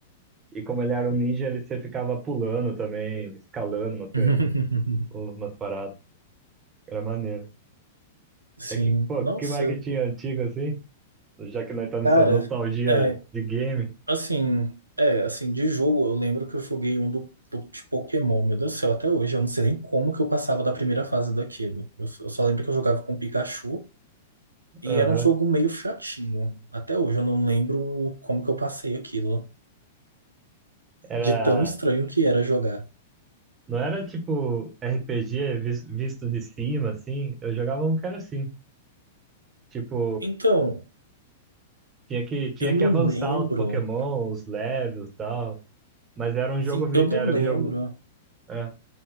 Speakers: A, on the right (about 25°); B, on the right (about 80°).
A: E como ele era um ninja, ele, você ficava pulando também, escalando umas, coisas,
B: <laughs>
A: umas paradas. Era maneiro.
B: Sim.
A: É que, pô,
B: Nossa,
A: que mais que tinha antigo assim? Já que nós tá nessa
B: cara,
A: nostalgia
B: é.
A: de game.
B: Assim, é, assim, de jogo, eu lembro que eu joguei um do, do- de Pokémon, meu Deus do céu, até hoje, eu não sei nem como que eu passava da primeira fase daquilo. Eu, só eu só lembro que eu jogava com Pikachu e
A: Aham.
B: era um jogo meio chatinho. Até hoje eu não lembro como que eu passei aquilo,
A: Era.
B: de tão estranho que era jogar.
A: Não era tipo RPG vis- visto de cima, assim. Eu jogava um que era assim. Tipo,
B: Então,
A: Tinha que, tinha
B: eu não
A: que avançar
B: lembro,
A: os Pokémon, os levels e tal. Mas era um
B: sim,
A: jogo. vi-
B: eu não
A: Era
B: lembro.
A: um jogo. é.